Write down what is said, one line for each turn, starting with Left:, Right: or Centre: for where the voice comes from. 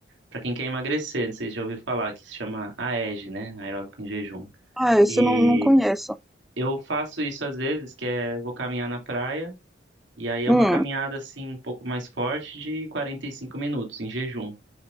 Right: Pra quem quer emagrecer, não sei se já ouviu falar, que se chama AEG, né? Aeróbico em jejum.
Centre: Ah, esse
Right: E
Centre: eu não, não conheço.
Right: eu faço isso às vezes, que é vou caminhar na praia, e aí é
Centre: Hum.
Right: uma caminhada assim um pouco mais forte de 45 minutos em jejum.